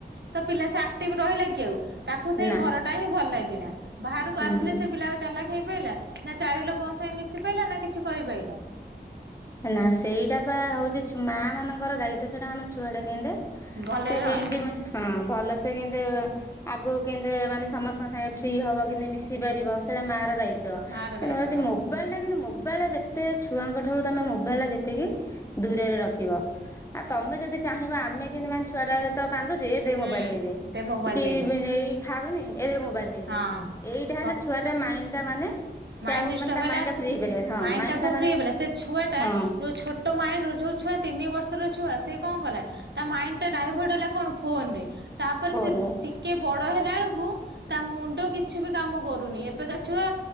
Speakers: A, on the right; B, on the left.
A: ତ ପିଲା ସେ ଆକ୍ଟିଭ ରହିଲା କି ଆଉ, ତାକୁ ସେଇ
B: ନା
A: ଘରଟା ହିଁ ଭଲ ଲାଗିଲା ବାହାରକୁ
B: ହୁଁ
A: ଆସିଲେ ସେ ପିଲା ଚାଲାକ ହେଇ ପାଇଲା ନା, ଚାରି ଲୋକଙ୍କ ସାଙ୍ଗେ ମିଶି ପାଇଲା ନା କିଛି କରି ପାଇଲା।
B: ନା ସେଇଟା ବା ହଉଛି ଛୁ ମା ମାନଙ୍କର ଦାୟିତ୍ଵ ସେଟା ଆମ ଛୁଆ ଟା କେମତି
A: ଭଲ
B: ସେ
A: ରହିବ
B: କେମତି
A: ହଁ
B: ମାନେ ହଁ ଭଲ ସେ କେମତି ଆଗକୁ କେମିତି ମାନେ ସମସ୍ତଙ୍କ ସାଙ୍ଗେ ଫ୍ରି ହବ, କେମତି ମିଶି ପାରିବ ସେଇଟା ମା ର ଦାୟି ତ୍ଵ
A: ମାର
B: କିନ୍ତୁ
A: ଦାୟିତ୍ୱ
B: ଯଦି
A: ହଁ
B: ମୋବାଇଲ ଟା କିନ୍ତୁ ମୋବାଇଲ ଟା ଯେତେ ଛୁଆଙ୍କ ଠୁ ତମେ ମୋବାଇଲ ଟା ଯେତିକି ଦୂରରେ ରଖିବ। ଆଉ ତମେ ଯଦି ଚାହିଁବ, ଆମେ କେନ୍ତି ମାନେ ଛୁଆଟା ତ କାନ୍ଦୁଚି ଏ ଦେ
A: ହୁଁ
B: ମୋବାଇଲ ଦେଇଦେ।
A: ଦେ ମୋବାଇଲ
B: କି
A: ଦେଇଦେ
B: ଏଇ ଖାଉନି ଏ ମୋବାଇଲ ଦେଇଦେ,
A: ହଁ
B: ଏଇଟା
A: ସ
B: ହେଲେ ଛୁଆ ମାଇଣ୍ଡ ଟା ମାନେ
A: ମାଇଣ୍ଡ
B: ସେ ଆଉ
A: ଡିଷ୍ଟର୍ବ
B: ମାନେ ତା
A: ହେଲା
B: ମାଇଣ୍ଡ ଟା ଫ୍ରି ହେଇପାରିବନି ହଁ ମାଇଣ୍ଡ
A: ଟାକୁ
B: ଟା
A: ଫ୍ରି
B: ମାନେ
A: ହେଇପାରିଲା ସେ ଛୁଆ ଟା
B: ହଁ
A: ଯୋଉ ଛୋଟ ମାଇଣ୍ଡ ରୁ, ଯୋଉ ଛୁଆ ତିନି ବର୍ଷର ଛୁଆ ସେ କଣ କଲା। ତା ମାଇଣ୍ଡ ଟା ଡାଇଭର୍ଟ ହେଲା କଣ ଫୋନରେ। ତାପରେ
B: ଫୋନ
A: ସେ
B: ରେ
A: ଟିକେ ବଡ ହେଲାଏଳକୁ, ତା ମୁଣ୍ଡ କିଛି ବି କାମ କରୁନି, ଏ ତୁ ଏକା ଛୁଆ